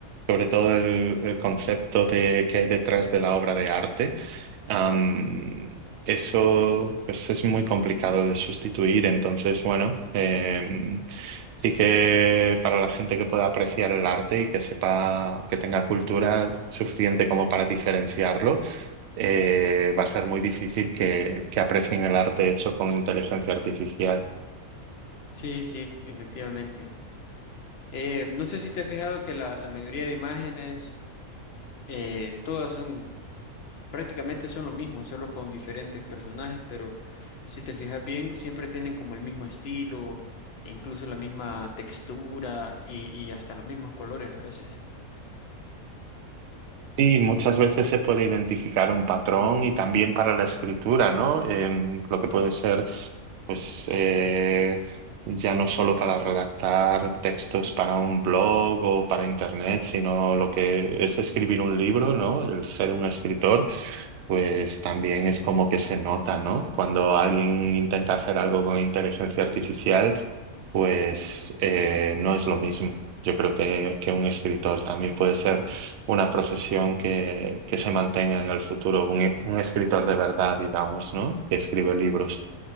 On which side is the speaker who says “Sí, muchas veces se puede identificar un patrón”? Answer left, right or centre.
Right